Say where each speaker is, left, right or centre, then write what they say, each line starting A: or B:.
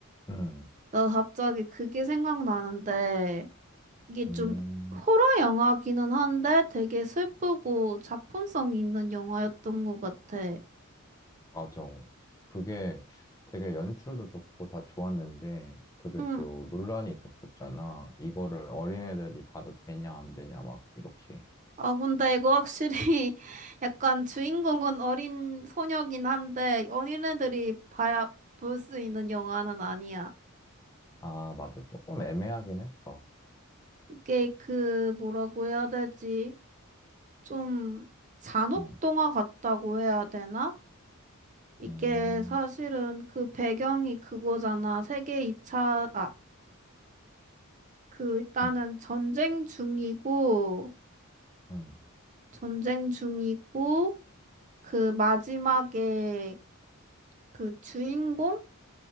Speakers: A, on the left (about 15°); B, on the right (about 35°).
A: 음,
B: 나 갑자기 그게 생각나는데. 이게
A: 음,
B: 좀 호러 영화기는 한데 되게 슬프고 작품성이 있는 영화였던 것 같아.
A: 맞아. 그게 되게 연출도 좋고 다 좋았는데, 그게
B: 응.
A: 또 논란이 됐었잖아. 이거를 어린애들이 봐도 되냐, 안 되냐, 막 이렇게.
B: 아, 근데 이거 확실히 <laughs> 약간 주인공은 어린 소녀긴 한데 어린애들이 봐야 볼 수 있는 영화는 아니야.
A: 아, 맞아. 조금 애매하긴 했어.
B: 이게 그 뭐라고 해야 되지? 좀 잔혹
A: 응,
B: 동화 같다고 해야 되나? 이게
A: 음,
B: 사실은 그 배경이 그거잖아. 세계 2차, 그 일단은
A: 응,
B: 전쟁 중이고
A: 응,
B: 전쟁 중이고 그 마지막에 그 주인공